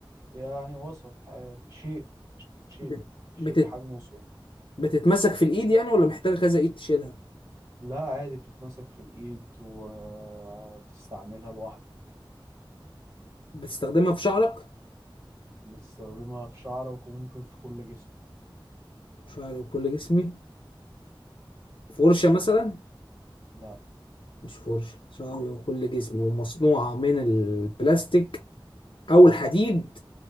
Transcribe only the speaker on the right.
يعني وسط عادي شيء شيء
شيء
حجمه صغير
لا عادي بتتمسك في الإيد وبتستعملها لوحدك
بتستخدمها في شعرك وممكن في كل جسمك
لا